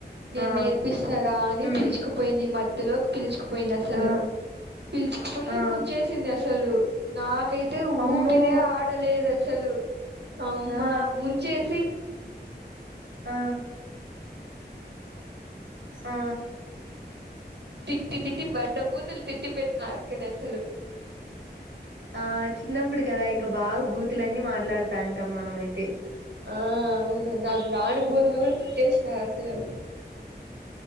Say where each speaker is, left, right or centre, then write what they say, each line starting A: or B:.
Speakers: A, on the right; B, on the right.
A: నేను
B: ఆ
A: నేర్పిస్తారా అని
B: ఉమ్
A: పిలిచుకుపోయింది మధ్యలోకి పిలిచుకుపోయింది అసలు
B: ఆ
A: పిల్ చుకుపోయి
B: ఆ
A: ముంచేసింది అసలు నాక్ కై తే
B: అమ్మో
A: ఊపిరే ఆడలేదు అస్సలు అమ్మా
B: ఆ
A: సి
B: ఆ ఆ
A: తిట్టి తిట్టి బండ బూతులు తిట్టి పెట్న ఆ అక్కని అసలు
B: ఆ చిన్నప్పుడు కదా ఇంక బాగ్ బూతులన్నీ మాట్లాడుతాఅంటాం మనమయితే
A: ఆ అవును నాకు రాని భూతులు కూడ తిట్టేసిన అసలు